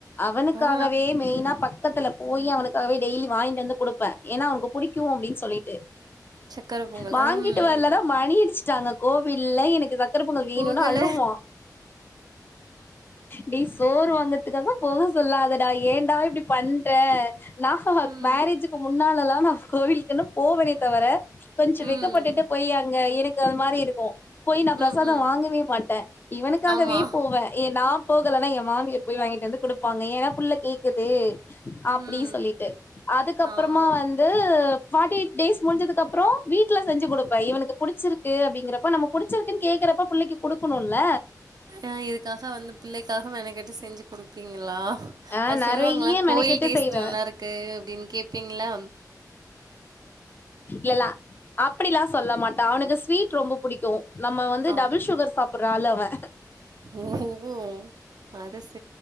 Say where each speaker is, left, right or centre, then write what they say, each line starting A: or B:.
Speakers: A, on the left (about 30°); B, on the right (about 70°).
A: அவனுக்காகவே
B: ஆ.
A: மெய்னா பக்கத்துல போயி அவனுக்காகவே டெய்லி வாய்ன்ட்டு வந்து குடுப்பே ஏனா அவ்னுக்கு புடிக்கூ அப்டினு சொல்லிட்டு
B: சக்கர பொங்கல்.
A: வாங்கிட்
B: ம், ம்.
A: வர்லனா மணி அடிச்டாங்க கோவில்ல எனக்கு சக்கர பொங்கல் வேணுனு
B: போகல.
A: அழுவா டேய் சோறு வாங்கற்துக்காக போக சொல்லா தடா ஏன்டா இப்டி பண்றே நா ஹ ஹ
B: ம்,
A: மேரேஜுக்கு முன்னாலல்லா நா கோவில்க்குனு போவனே தவர கொஞ்சம்
B: ம்.
A: வெக்கப்பட்டுட்டு போயி ஆ எனக்கு அது மாரி இருக்கும் போயி நான் பிரசாதம்
B: ம், ம்.
A: வாங்கவே மாட்டேன் இவனுக்காகவே
B: ஆமா.
A: போவேன் ஏ நான் போகலன்னா என் மாமியார் போய் வாங்கிட்டு வந்து கொடுப்பாங்க ஏன்னா புள்ள கேக்குது அப்டினு
B: ம்.
A: சொல்லிட்டு அதுக்கப்புறமா
B: ஆமா.
A: வந்து ஃபார்ட்டி எயிட் டேஸ் முடிஞ்சதுக்கப்புறம் வீட்ல செஞ்சு கொடுப்போ இவனுக்கு புட்ச்சிருக்கு அப்படிங்கிறப்ப நம்ம புடிச்சிருக்குன்னு கேக்குறப்ப புள்ளைக்கு குடுக்கணும்ல
B: ஆஹ்ன் இதுக்காக வந்து பிள்ளைக்காக மெனக்கெட்டு செஞ்சு கொடுப்பீங்க களா
A: ஆ
B: அது
A: நெறைய
B: சொல்லுவாங்களா
A: மெனக்கெட்டு
B: கோயில் டேஸ்ட்டு
A: செய்வே
B: நல்லா இருக்கு அப்டின்னு கே ப்பீங்களா
A: இல்லல்ல அப்டிலாம் சொல்ல மாட்டான் அவனுக்கு ஸ்வீட் ரொம்ப புடிக்கும் நம்ம வந்து
B: அப்
A: டபுள் சுகர் சாப்பிடுற ஆளு அவன்
B: ஓஹோ! அது ச